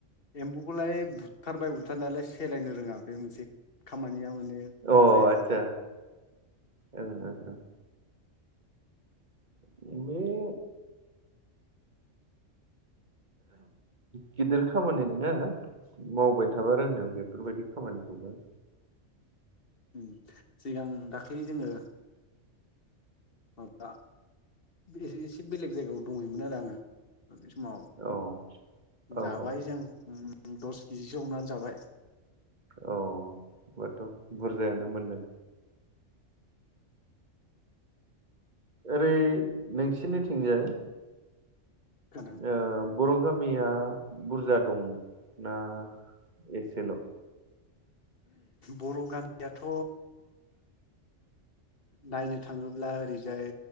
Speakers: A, on the left; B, on the right.
A: एम्बुखोलाय बु थारबाय बुथारनायालाय सेलायनो रोङा बे मोनसे खामानिया माने
B: अ
A: जाया।
B: आदसा ओं ओं ओं। <unintelligible> गिदिर खामानि नोङा मावबाय थाबा रोंगोन बेफोरबायदि खामानिखौबो।
A: उम सिगां दाख्लै जोङो माबा बे एसे एसे बेलेग जायगायाव दंहैयोमोन आरो आङो। बे समाव
B: औ औ
A: जाबाय
B: औ
A: जों उहुम दस किजिसो हमनानै जाबाय।
B: अ ओमबाथ' बुरजायानो मोनदों। ओरै नोंसिनिथिंजाय
A: खोनादों।
B: ओ बर' गामिया बुरजा दं ना एसेल'?
A: बर' गामियाथ' नायनो थाङोब्ला ओरैजाय